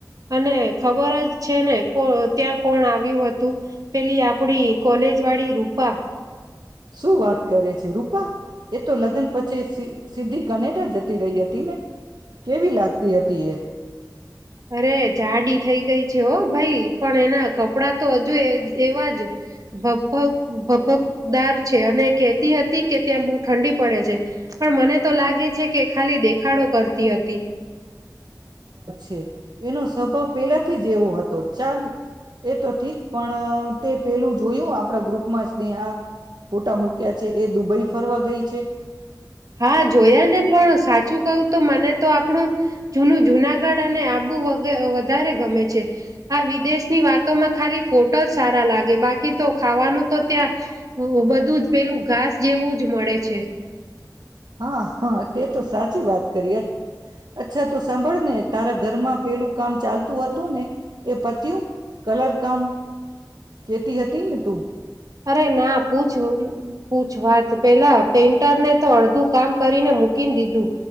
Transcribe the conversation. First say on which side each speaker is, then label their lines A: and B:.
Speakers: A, on the right; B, on the right.
A: અને ખબર જ છે ને કો ત્યાં કોણ આવ્યું હતું, પેલી આપણી કોલેજ વાળી રૂપા.
B: શું વાત કરે છે રૂપા! એ તો લગન <unintelligible> સીધી કનેડા જતી રહી હતી ને. કેવી લાગતી હતી એ?
A: અરે જાડી થઈ ગઈ છે, હો ભાઈ પણ <unintelligible> કપડા તો હજુ એ એવા જ ભભ ભભકદાર છે અને કતી હતી કે ત્યાં બહુ ઠંડી પડે છે પણ મને તો લાગે છે કે ખાલી દેખાડો કરતી હતી <inaudible>
B: તે એનો સ્વભાવ પેલાથી જ એવો હતો ચાલ એ તો ઠીક પણ તે પેલું જોયું આપડા ગ્રુપ મસ્તે હા ફોટા મુક્યા છે એ દુબઈ ફરવા ગઈ છે
A: હા જોયા ને પણ સાચું કહું તો મને તો આપણું જૂનું જુનાગઢ અને આબુ વધારે ગમે છે, આ વિદેશની વાતોમાં ખાલી ફોટો જ સારા લાગે બાકી તો ખાવાનું તો ત્યાં
B: હા હા તે તો સાચી વાત કરી અ અચ્છા તો સાંભળ ને તારા ઘરમાં પેલું કામ ચાલતું હતું ને એ પતયું? કલર કામ કેતી હતી ને તું
A: અરે ના પૂછ પૂછ વાત પેલા પેન્ટરને તો અડધું કામ કરીને મૂકી દીધું.